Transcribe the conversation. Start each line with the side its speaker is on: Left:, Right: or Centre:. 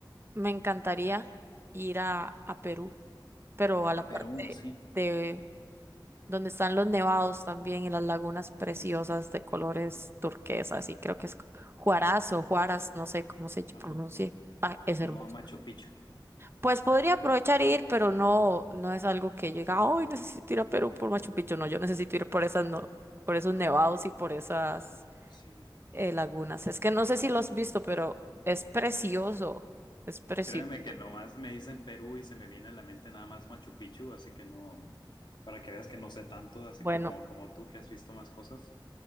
Right: me encantaría ir a, a Perú, pero a la
Left: A Perú,
Right: parte
Left: sí.
Right: de donde están los nevados también y las lagunas preciosas de colores turquesas y creo que es Juaraz o Juaras,
Left: Eh,
Right: no sé cómo se pronuncie.
Left: Ajá,
Right: Ah, es hermoso.
Left: no a Machu Picchu,
Right: Pues podría aprovechar e ir, pero no, no es algo que yo diga, ay, necesito ir a Perú por Machu Picchu. No, yo necesito ir por esas, no, por esos nevados y por esas
Left: sí.
Right: eh, lagunas. Es que no sé si lo has visto, pero es precioso. Es precioso.
Left: Créeme que nomás me dicen Perú y se me viene a la mente nada más Machu Picchu, así que no, para que veas que no sé tanto, así
Right: Bueno,
Left: como, como tú que has visto más cosas.